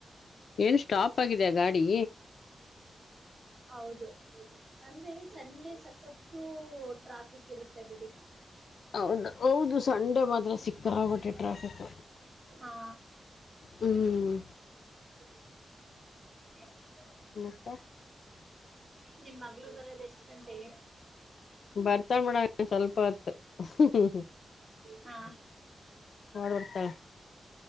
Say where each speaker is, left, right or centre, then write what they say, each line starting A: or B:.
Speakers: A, on the left; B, in the centre.
A: ಎಲ್ಸ್ಟಾಪ್ ಆಗಿದೆ ಗಾಡಿ
B: ಹೌದು ಅಂದ್ರೆ ಸಂಡೆ ಸಕತ್ತು ಟ್ರಾಫಿಕ್ ಇರುತ್ತೆ ಬಿಡಿ
A: ಹೌದು ಹೌದು ಸಂಡೆ ಮಾತ್ರ ಸಿಕ್ಕಾಪಟ್ಟೆ ಟ್ರಾಫಿಕ್
B: ಹಾ
A: ಹ್ಮ
B: <unintelligible>
A: ಮತ್ತ
B: ನಿಮ್ಮ ಮಗಳು ಬರೋದು ಎಷ್ಟ್ ಗಂಟೆಗೆ
A: ಬರ್ತಾಳ ಮಡ ಸ್ವಲ್ಪ ಹೊತ್ ಹ್ಮ
B: ಹಾ
A: ಮಾಡ್ ಬರ್ತಾಳೆ